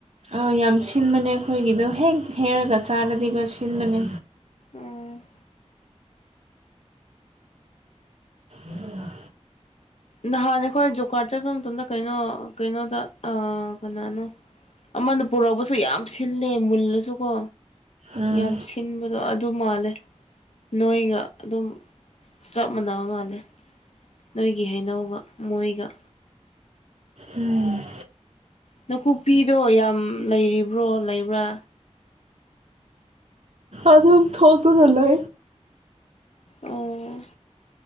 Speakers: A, on the right (about 65°); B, on the left (about 65°).
A: ꯑꯥ ꯌꯥꯝ ꯁꯤꯟꯕꯅꯦ ꯑꯩꯈꯣꯏꯒꯤꯗꯣ ꯍꯦꯛ ꯍꯦꯛꯔꯒ ꯆꯥꯔꯗꯤꯀꯣ ꯁꯤꯟꯕꯅꯦ
B: ꯎꯝ
A: ꯎꯝ
B: ꯅꯍꯥꯟ ꯑꯩꯈꯣꯏ ꯖꯣꯕ ꯀꯥꯔꯠ ꯆꯠꯄ ꯃꯇꯝꯗ ꯀꯩꯅꯣ ꯀꯩꯅꯣꯗ ꯀꯅꯥꯅꯣ ꯑꯃꯅ ꯄꯨꯔꯛꯄꯁꯨ ꯌꯥꯝ ꯁꯤꯜꯂꯦ ꯃꯨꯜꯂꯁꯨꯀꯣ
A: ꯎꯝ
B: ꯌꯥꯝ ꯁꯤꯟꯕꯗꯣ ꯑꯗꯨ ꯃꯥꯜꯂꯦ ꯅꯣꯏꯒ ꯑꯗꯨꯝ ꯆꯞ ꯃꯥꯟꯅꯕ ꯃꯥꯜꯂꯦ ꯅꯣꯏꯒꯤ ꯍꯩꯅꯧꯒ ꯃꯣꯏꯒ
A: ꯎꯝ
B: ꯅꯥꯀꯨꯞꯄꯤꯗꯣ ꯌꯥꯝ ꯂꯩꯔꯤꯕ꯭ꯔꯣ ꯂꯩꯕ꯭ꯔꯥ
A: ꯑꯗ ꯊꯒꯅꯂꯣ
B: ꯑꯣ